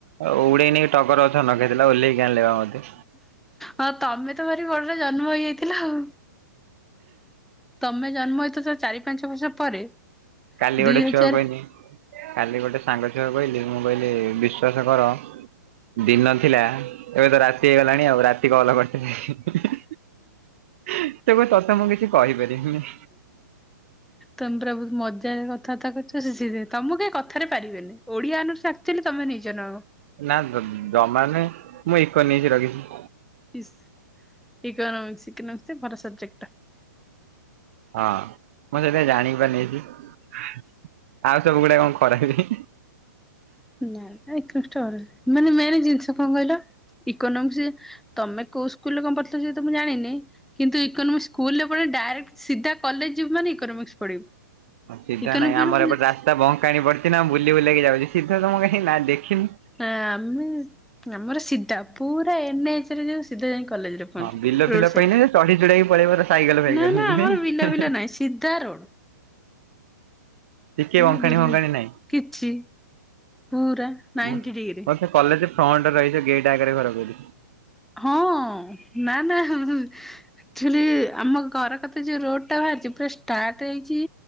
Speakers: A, on the right (about 45°); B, in the centre.
A: ଆଉ ଉଡେଇ ନେଇକି ଟଗର ଗଛ ନଗେଇଥିଲା ଓହ୍ଲେଇକି ଆଣିଲେ ବା ମତେ।
B: ହଁ ତମେ ତ ଭାରି <unintelligible> ଜନ୍ମ ହେଇଯାଇଥିଲ ଆଉ। ତମେ ଜନ୍ମ ହେଇଥିବ ତ ଚାରି ପାଞ୍ଚ ବର୍ଷ ପରେ
A: କାଲି
B: ଦୁଇ
A: ଗୋଟେ
B: ହଜାର
A: ଛୁଆକୁ କହିଲି କାଲି ଗୋଟେ ସାଙ୍ଗ ଛୁଆକୁ କହିଲି ମୁଁ କହିଲି ବିଶ୍ଵାସ କର ଦିନ ଥିଲା ଏବେ ତ ରାତି ହେଇଗଲାଣି ଆଉ ରାତି କଲ୍ କରି <unintelligible> ସେ କହୁଚି ତତେ ମୁଁ କିଛି କହିପାରିବିନିି।
B: ତମେ ପୁରା ବହୁତ୍ ମଜାରେ କଥାବାର୍ତ୍ତା କରୁଚ ସିଏ ସେଥିପାଇଁ ତମକୁ କେହି କଥାରେ ପାରିବେନି ଓଡିଆ ଅନର୍ସ ଥିଲେ ତମେ ନିଜ <unintelligible>
A: ନା ଜମା ନାଇଁ ମୁଁ ଇକୋନୋମିକ ନେଇକି ରଖିଚି।
B: ଇସ୍ ଇକୋନୋମିକ୍ସ-ଇକୋନୋମିକ୍ସ ଭଲ ସବଜେକ୍ଟ୍ ଟା।
A: ହଁ ମୁଁ ସେଥିପାଇଁ ଜାଣି ପାରିନି ଆଉ ସବୁ ଗୁଡା କଣ ଖରାପ୍ କି?
B: <unintelligible> ମାନେ ମେନ୍ ଜିନିଷ କଣ କହିଲ ଇକୋନୋମିକ୍ସ ତମେ କଉ ସ୍କୁଲରେ କଣ ପଢୁଥିଲ ସେ ତ ମୁଁ ଜାଣିନି କିନ୍ତୁ ଇକୋନୋମିକ୍ସ ସ୍କୁଲ୍ ରେ ପଢି ଡାଇରେକ୍ଟ୍ ସିଧା କଲେଜ୍ ଯିବୁ ମାନେ ଇକୋନୋମିକ୍ସ୍ ପଢିବୁ।
A: ସିଧା
B: ଇକୋନୋମିକ୍ସ
A: ନାହିଁ ଆମର ଏପଟ ରାସ୍ତା ବଙ୍କାଣି ପଡିଚି ନା ବୁଲି ବୁଲାକି ଯାଉଚି ସିଧାତ ମୁଁ କାଇଁ ନାଁ ଦେଖିନି।
B: ନା ଆମେ- ଆମର ସିଧା ପୁରା ଏନେ ଏଚ୍ ରେ ଯଉ ସିଧା ଯାଇ କଲେଜେରେ।
A: ହଁ ବିଲ ଫିଲ ପାଇଁ ନୁହେଁ ଚଢି ଚଢିକି ପଳେଇବ ସାଇକେଲ ଫାଇକେଲ
B: ନା ନା ଆମର
A: ନେଇକି।
B: ବିଲ ବିଲ ନାହିଁ ସିଧା ରୋଡ୍।
A: ଟିକେ
B: ଆମର
A: ଅଙ୍କାଣି
B: ବିଲ
A: ଫଙ୍କାଣି ନାଇଁ?
B: କିଛି। ପୁରା। ନାଇଣ୍ଟି
A: ମୋ
B: ଡିଗ୍ରୀ
A: ସେ କଲେଜେ ଫ୍ରଣ୍ଟ୍ ରେ ରହିବି ଗେଟେ ଆଗରେ ଘର କରିବି।
B: ହଁ ନା- ନା ଆକ୍ଚୁଲି ଆମ ଘର ପାଖେରେ ଯଉ ରୋଡ୍ ଟା ବାହାରିଚି ପୁରା ଷ୍ଟାର୍ଟ ହେଇଚି